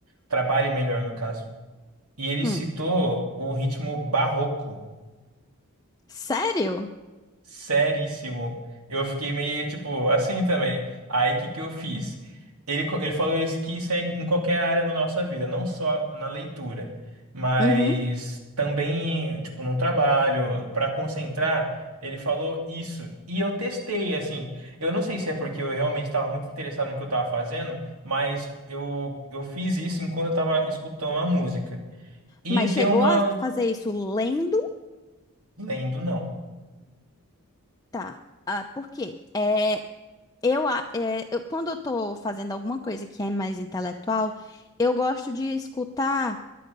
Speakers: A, on the right; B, on the left.
A: trabalhe melhor no caso. E ele
B: hum.
A: citou o ritmo barroco.
B: Sério?
A: Seríssimo. Eu fiquei meio, tipo, assim também. Aí, o que que eu fiz? Ele, co- ele falou isso, que isso é em qualquer área na nossa vida, não só na leitura, mas
B: Uhum.
A: também, tipo, num trabalho, para concentrar, ele falou isso. E eu testei, assim. Eu não sei se é porque eu realmente estava muito interessado no que eu estava fazendo, mas eu, eu fiz isso enquanto eu estava escutando a música. E
B: Mas
A: deu
B: chegou
A: uma...
B: a fazer isso lendo?
A: Lendo, não.
B: Tá. Ah, por quê? É, eu, a- é, eu- quando eu tô fazendo alguma coisa que é mais intelectual, eu gosto de escutar